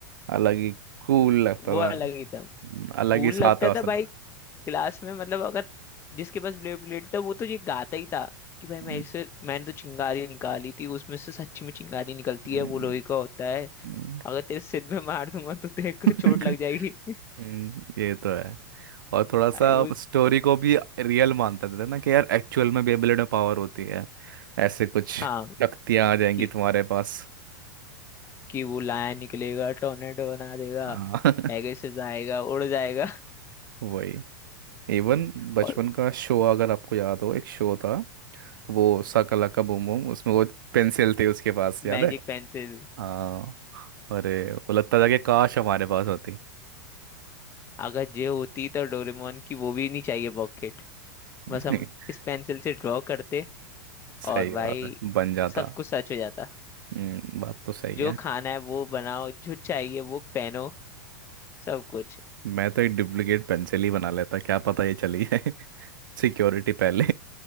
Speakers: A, on the right (about 75°); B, on the left (about 20°).
A: अलग ही कूल
B: वो
A: लगता
B: वो
A: था
B: अलग ही था
A: हम्म, अलग
B: कूल
A: ही साथ
B: लगता
A: है असल
B: था
A: में
B: भाई क्लास में मतलब अगर जिसके पास ब्लेड ब्लेड था वो तो ये गाता ही था कि भाई
A: हम्म,
B: मैं इसे मैंने तो चिंगारी निकाली थी उसमें से सच्ची में चिंगारी निकलती
A: हम्म,
B: है वो लोहे का होता है
A: हम्म।
B: अगर तेरे सिर में मार दूंगा तो तेरे को
A: <laughs>
B: चोट लग जाएगी <laughs>
A: हम्म, ये तो है और थोड़ा सा
B: भाई वो
A: स्टोरी को भी रियल मानता था ना कि यार एक्चुअल में बेबलेट में पावर होती है ऐसे कुछ
B: हाँ
A: शक्तियां आ जाएंगी
B: कि,
A: तुम्हारे पास
B: कि वो लाया निकलेगा टोर्नेडो बना देगा
A: हाँ <laughs>
B: पेगासस आएगा उड़ जाएगा
A: वही इवन बचपन
B: <laughs>
A: का शो अगर आपको याद हो एक शो था वो साका लाका बूम बूम उसमें वो पेंसिल थे उसके पास याद
B: Magic
A: है
B: pencil
A: हाँ अरे वो लगता था कि काश हमारे पास होती
B: अगर जे होती तो डोरेमोन की वो भी नहीं चाहिए पॉकेट
A: <laughs>
B: बस हम इस पेंसिल से ड्रॉ करते
A: सही
B: और भाई
A: बात है बन जाता
B: सब कुछ सच हो जाता
A: हम्म, बात तो सही
B: जो
A: है
B: खाना है वो बनाओ जो चाहिए वो पहनो सब कुछ
A: मैं तो एक डुप्लीकेट पेंसिल ही बना लेता क्या पता ये चली जाए <laughs> सिक्योरिटी पहले